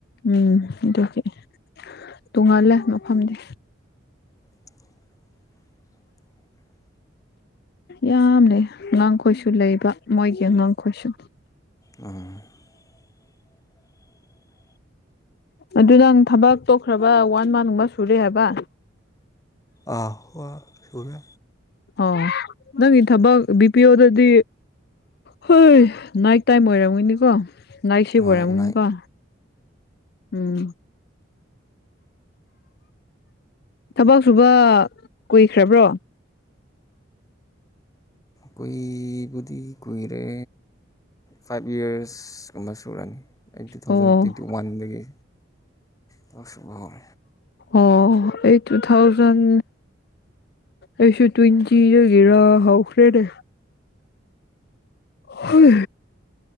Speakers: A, on the left (about 50°); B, on the left (about 15°).
A: ꯎꯝ ꯑꯗꯨꯒꯤ ꯇꯣꯡꯍꯜꯂꯦ ꯃꯐꯝꯗꯤ
B: <unintelligible>
A: ꯌꯥꯝꯅꯦ ꯑꯉꯥꯡ ꯈꯣꯏꯁꯨ ꯂꯩꯕ ꯃꯣꯏꯒꯤ ꯑꯉꯥꯡꯈꯣꯏꯁꯨ
B: ꯎꯝ <unintelligible>
A: ꯑꯗꯨ ꯅꯪ ꯊꯕꯛ ꯇꯣꯛꯈ꯭ꯔꯕ ꯋꯥꯟ ꯃꯟꯒꯨꯝꯕ ꯁꯨꯔꯦ ꯍꯥꯏꯕ
B: ꯑ ꯍꯣ ꯁꯦ
A: ꯑꯣ ꯅꯪꯒꯤ ꯊꯕꯛ ꯕꯤ ꯄꯤ ꯑꯣꯗꯗꯤ ꯍꯣꯏ ꯅꯥꯏꯠ ꯇꯥꯏꯝ ꯑꯣꯏꯔꯝꯒꯣꯏꯅꯤꯀꯣ ꯥꯛꯁꯤꯕꯣꯔꯦꯃꯅꯤꯀꯣ
B: ꯍꯣꯏ ꯂꯥꯏ
A: ꯎꯝ ꯊꯕꯛ ꯁꯨꯕ ꯀꯨꯏꯈ꯭ꯔꯕ꯭ꯔꯣ
B: ꯀꯣꯏꯕꯗꯤ ꯀꯨꯏꯔꯦ ꯐꯥꯏꯚ ꯌꯔꯁꯀꯨꯝꯕ ꯁꯨꯔꯅꯤ ꯑꯩ ꯇꯨ ꯊꯥꯎꯖꯟ
A: ꯑꯣ
B: ꯇ꯭ꯋꯦꯟꯇꯤ ꯋꯥꯟꯗꯒꯤ ꯇꯁꯨꯕꯣꯜ
A: ꯑꯣ ꯑꯩ ꯇꯨ ꯊꯥꯎꯖꯟ ꯑꯦꯁꯨ ꯇꯨꯟꯆꯔꯒꯦꯔ ꯍꯥꯎ ꯐ꯭ꯔꯦꯅꯦꯦ ꯍꯣꯏ